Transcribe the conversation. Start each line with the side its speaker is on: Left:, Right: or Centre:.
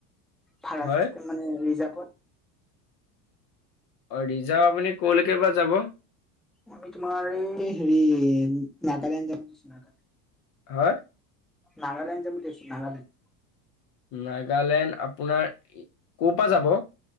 Centre: ভাড়া
Left: হয়
Centre: চিষ্টেম মানে ৰিজাৰ্ভত।
Left: অ', ৰিজাৰ্ভ আপুনি ক'লৈকে বা যাব।
Centre: আমি তোমাৰ এই হেৰি নাগালেণ্ড যাম ভাবিছো নাগালেণ্ড।
Left: হয়
Centre: নাগালেণ্ড যাম বুলি ভাবিছো নাগালেণ্ড
Left: নাগালেণ্ড আপোনাৰ ক' পা যাব